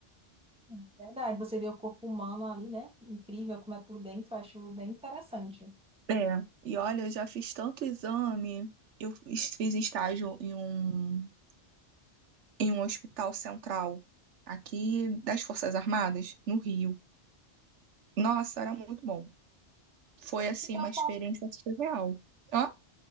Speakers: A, in the centre; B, on the right.
A: é Verdade, você vê o corpo humano ali, né? Incrível como é por dentro, eu acho bem interessante.
B: É. E olha, eu já fiz tanto exame, eu fiz fiz estágio em um em um hospital central aqui das Forças Armadas, no Rio. Nossa, era muito bom. Foi, assim,
A: Então,
B: uma experiência surreal. Hã?